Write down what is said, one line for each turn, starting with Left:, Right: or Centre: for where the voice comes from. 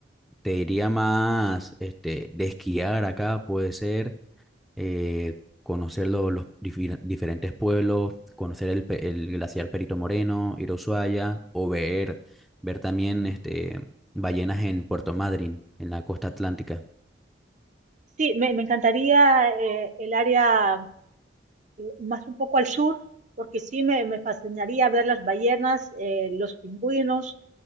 Centre: te diría más este, de esquiar acá, puede ser, eh, conocer lo- los difi- diferentes pueblos, conocer el, pe- el glaciar Perito Moreno, ir a Ushuaia, o ver, ver también este, ballenas en Puerto Madryn, en la costa atlántica.
Right: Sí, me, me encantaría eh, el área eh, más un poco al sur, porque sí me, me fascinaría ver las ballenas, eh, los pingüinos